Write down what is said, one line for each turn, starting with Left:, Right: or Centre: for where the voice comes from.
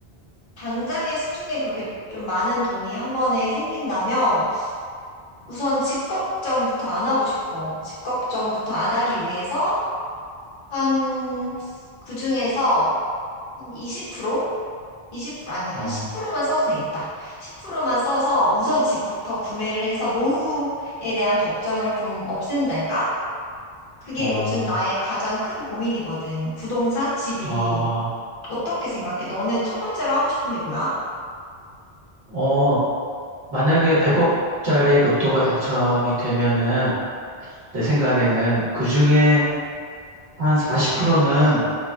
Left: 당장의 수중에 그렇게 좀 많은 돈이 한 번에 생긴다면, 우선 집 걱정부터 안 하고 싶어. 집 걱정부터 안 하기 위해서, 한, 그 중에서 한 20%? 20% 아니야.
Right: 아,
Left: 한 10%만 써도 되겠다. 10%만 써서 우선 집부터 구매를 해서 노후에 대한 걱정을 좀 없앤달까? 그게
Right: 어,
Left: 요즘 나의 가장 큰 고민이거든. 부동산, 집이.
Right: 아,
Left: 어떻게 생각해? 너는 첫 번째로 하고 싶은 게 뭐야?
Right: 어, 만약에 100억짜리 로또가 당첨이 되면은, 내 생각에는 그 중에 한 40%는,